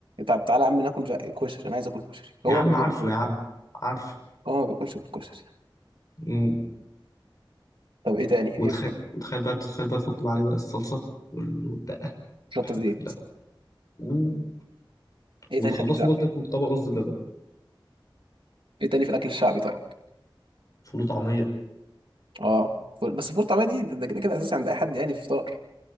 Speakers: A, on the right; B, on the left.
A: طب تعالى يا عم ناكل جا- كشري انا عايز اكل كشري هو
B: يا عم
A: ما بياكلش
B: عارفه يا عم عارفه
A: هو ما بياكلش غير كشري
B: مم.
A: طب ايه تاني
B: وتخيل
A: ايه
B: وتخيل بقى تخيل بقى تحط بقى عليه بقى الصلصه وال- والدقه
A: شطه
B: والحاجات
A: زيت
B: دي كلها مم.
A: ايه
B: وتخلصوا
A: تاني اكل شعبي
B: بقى تاكلوا طبق رز بلبن
A: ايه تاني في الاكل الشعبي طيب
B: فول وطعميه
A: اه فول- بس الفول الطعميه دي ده ده كده كده اساسي عند اي حد يعني فطار